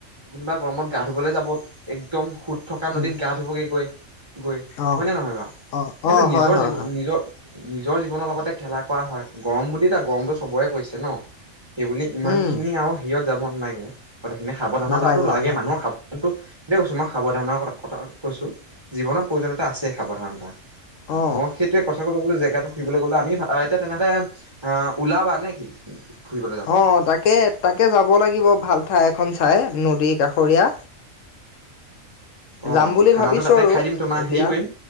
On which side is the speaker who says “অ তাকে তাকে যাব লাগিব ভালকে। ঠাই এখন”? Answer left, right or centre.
Left